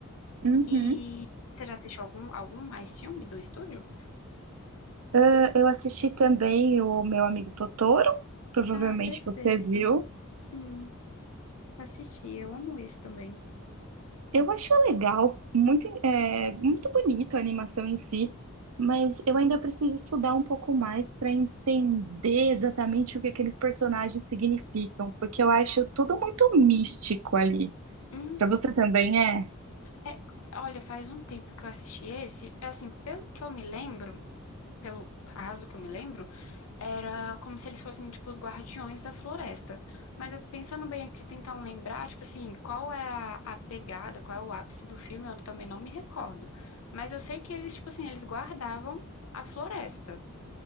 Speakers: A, on the right; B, on the left.
A: Uhum.
B: E você já assistiu algum, algum mais filme do estúdio?
A: Ah, eu assisti também o Meu Amigo Totoro. Provavelmente
B: Ah, perfeito.
A: você viu.
B: Sim, assisti. Eu amo esse também.
A: Eu acho legal, muito, é, muito bonito a animação em si, mas eu ainda preciso estudar um pouco mais para entender exatamente o que aqueles personagens significam, porque eu acho tudo muito místico ali.
B: Uhum.
A: Para você também é?
B: É, olha, faz um tempo que eu assisti esse. É Assim, pelo que eu me lembro, pelo arraso que eu me lembro, era como se eles fossem, tipo, os guardiões da floresta. Mas eu pensando bem aqui, tentando lembrar, tipo assim, qual é a, a pegada, qual é o ápice do filme, eu também não me recordo. Mas eu sei que eles, tipo assim, eles guardavam a floresta.